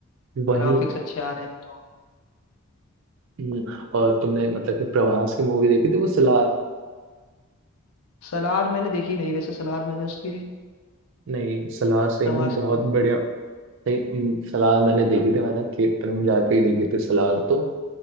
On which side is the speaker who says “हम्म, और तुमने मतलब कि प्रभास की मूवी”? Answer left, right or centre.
Right